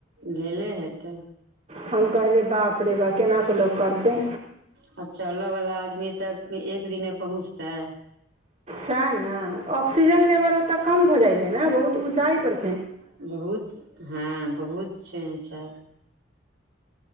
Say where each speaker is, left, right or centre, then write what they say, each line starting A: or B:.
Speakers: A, on the right; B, on the right.
A: झेले हेतै।
B: हम कहले बाप रे बा केना क लोकग करते
A: आछा चलवला आदमी तक एक दिने पहुँचतै
B: सह ने ऑक्सीजन लेवल ओते कम भए जाय छै ने बहुत ऊचाई पर
A: बहुत हँ बहुत छै चार